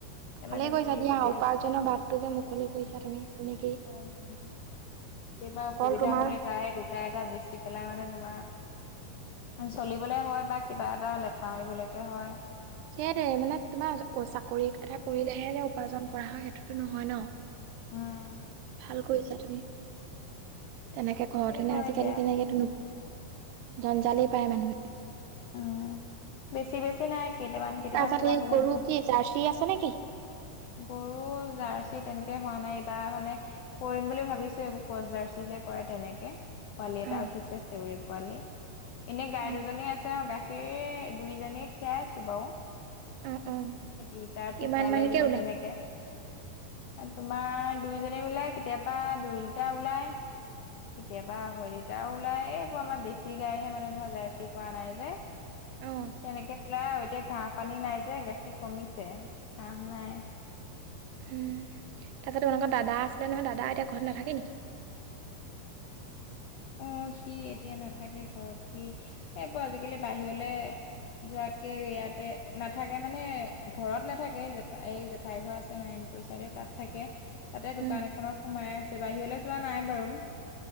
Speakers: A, on the left; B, on the right.
A: এ
B: ভালে
A: মানে
B: কৰিছা
A: কি,
B: দিয়া
A: কেতিয়া
B: উপাৰ্জনৰ বাটটো যে মুকলি কৰিছা তুমি তেনেকেই
A: আহ্ কেতিয়াবা
B: অকল
A: অসুবিধা
B: তোমাৰ
A: হ'লে তাৰে দুটা এটা বেচি পেলাই মানে তোমাৰ, চলিবলে হয় বা কিবা এটা লেঠা মাৰিবলৈকে হয়।
B: সেইটোৱে মানে তোমাৰ চাকৰি এটা কৰিলেহে যে উপাৰ্জন কৰা হয়, সেইটোতো নহয় ন।
A: উম
B: ভাল কৰিছা তুমি, তেনেকে। ঘৰতে
A: সেইবোৰ
B: নাই, আজিকালি
A: এতিয়া
B: তেনেকে নো জঞ্জালেই পায় মানুহে।
A: অ', বেছি বেছি নাই, কেইটামান। কেইটামান
B: তাৰপিছত
A: তোমাৰ
B: হেই
A: পঢ়িছো
B: গৰু কি জাৰ্চি আছে নেকি?
A: গৰু জাৰ্চি তেনেকে হোৱা নাই এইবাৰ মানে, কৰিম বুলি ভাবিছোঁ, এইবোৰ কচজাৰ্চি যে কৰে, তেনেকে পোৱালি এটা
B: অ
A: উঠিছে চেউৰী পোৱালি। এনেই গাই
B: অ
A: দুজনী আছে, অ', গাখীৰ দুইজনীয়ে খীৰাই আছোঁ বাৰু।
B: অ অ
A: এক লিটাৰ
B: কিমান
A: ঠিকালে
B: মানকে
A: দিও
B: ওলাই
A: তেনেকে। এই তোমাৰ দুইজনি মিলায় কেতিয়াবা দুই লিটাৰ ওলায়। কেতিয়াবা আঢ়ৈ লিটাৰো ওলাই, এইবোৰ আমাৰ দেছি গাইহে মানে ধৰা জাৰ্চি কৰোৱা নাই যে।
B: অ
A: তেনেকে ওলাই, এতিয়া ঘাঁহ, পানী নাই যে গাখীৰ কমিছে ঘাঁহ নাই।
B: তাৰপাছত তোমালোকৰ দাদা আছিলে নহয়, দাদা এতিয়া ঘৰত নাথাকে নেকি?
A: অ', সি এতিয়া নাথাকে ঘৰত, সি এইবোৰ আজিকালি বাহিৰলে যোৱাতকে ইয়াতে নাথাকে মানে ঘৰত নাথাকে, জেঠ এই জেঠাই ঘৰ আছে নাই চাইডে তাত থাকে, তাতে দোকান
B: উম
A: এখনত সোমাই আছে বাহিৰলৈ যোৱা নাই বাৰু।